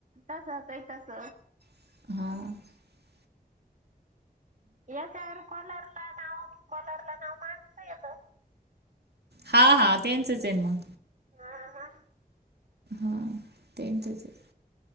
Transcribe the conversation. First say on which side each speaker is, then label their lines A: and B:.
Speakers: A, on the right; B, on the right.
A: तस काही तस
B: <unintelligible>
A: याच्यावर कॉलरला नाव कॉलर ला नाव मानस येत
B: हा हा तेचच आहे मग
A: हा हा
B: <unintelligible>